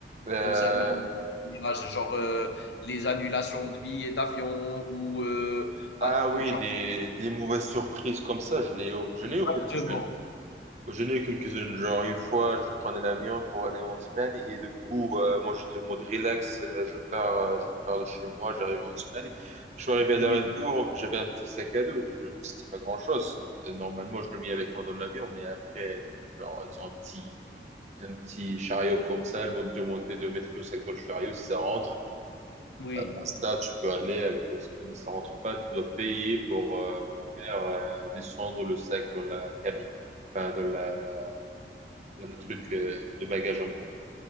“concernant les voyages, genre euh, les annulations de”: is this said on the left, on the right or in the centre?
Left